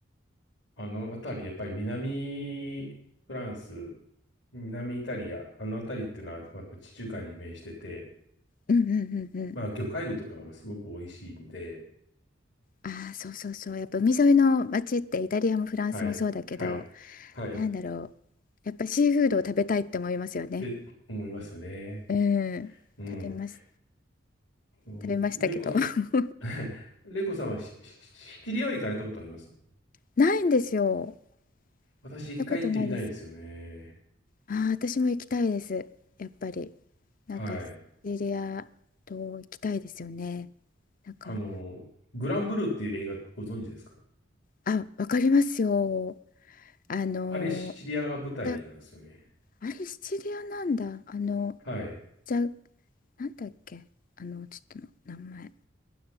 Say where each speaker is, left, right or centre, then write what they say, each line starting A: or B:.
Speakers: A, on the left (about 70°); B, on the left (about 45°).
A: あの辺り、やっぱり南フランス、南イタリア、あの辺りっていうのは、まあ、やっぱ地中海に面してて、
B: うんうんうん。
A: まあ、魚介類とかがまあすごく美味しいんで、
B: ああ、そうそうそう。やっぱ海沿いの街ってイタリアもフランスもそうだけど、
A: はい。はい。はい。
B: なんだろう。
A: っ
B: やっぱシーフードを食べたいって思いますよね。
A: て思いますよね。
B: うん。
A: うん。
B: 食べます。
A: あのレイコさん、
B: 食べましたけど。<laughs>
A: <laughs> レイコさんはシシシチリアは行かれたことあります
B: ないんですよ。
A: 私一回行ってみたいんですよね。
B: 行ったことないです。ああ、私も行きたいです。やっぱり。なんか、
A: はい。
B: シチリア島行きたいですよね。なんか、
A: あの、グランブルーっていう映画ご存知ですか
B: あ、わかりますよ。あの
A: あれシチリアが舞台なんですよね。
B: ー、じゃ、あれシチリアなんだ。あの、
A: はい。
B: じゃ、なんだっけ。あの、ちょっとの名前。